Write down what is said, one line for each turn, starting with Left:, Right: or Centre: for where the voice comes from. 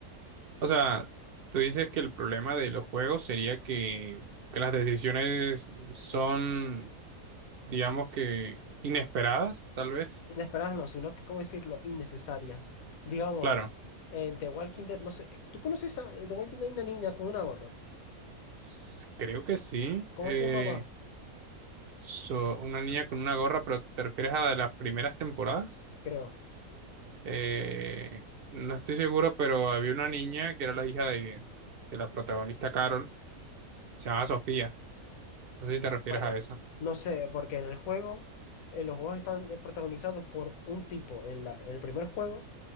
Right: O sea, tú dices que el problema de los juegos sería que, que las decisiones son, digamos que, inesperadas, tal vez.
Left: Inesperadas no, sino que, ¿cómo decirlo? Innecesarias. Digamos,
Right: Claro,
Left: en The Walking Dead, no sé, ¿tú conoces a en The Walking Dead hay una niña con una gorra?
Right: s- creo que sí.
Left: ¿Cómo
Right: Eh,
Left: se llamaba?
Right: so- una niña con una gorra, pero ¿te refieres a las primeras temporadas?
Left: creo.
Right: Eh, no estoy seguro, pero había una niña que era la hija de, de la protagonista Carol, se llamaba Sofía. No sé
Left: Y
Right: si te refieres
Left: bueno,
Right: a esa.
Left: no sé, porque en el juego, eh, los juegos están eh, protagonizados por un tipo. En la, en el primer juego,